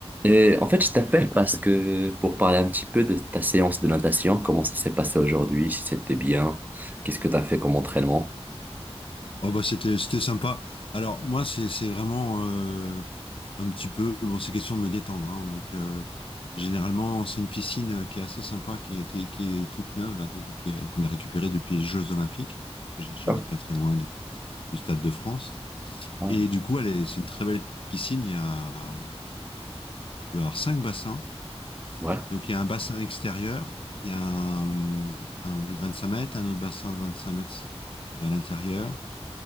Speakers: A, on the right; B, on the left.
A: Et en fait, je t'appelle parce que pour parler un petit peu de ta séance de natation, comment ça s'est passé aujourd'hui, si c'était bien, qu'est-ce que tu as fait comme entraînement?
B: Oh bah c'était c'était sympa. Alors moi c'est c'est vraiment euh, un petit peu bon c'est question de me détendre hein. Donc euh, généralement c'est une piscine qui est assez sympa qui était qui est toute neuve là des- qui est- qu'on a récupérée depuis les Jeux Olympiques parce que j'- j'habite
A: Ah,
B: pas très loin de- du Stade de France
A: ah,
B: et du coup elle est c'est une très belle piscine il y a combien? Il doit y avoir cinq bassins.
A: Ouais.
B: Donc il y a un bassin extérieur, il y a un, un cinq mètres, un autre bassin de 25 mètres euh, à l'intérieur.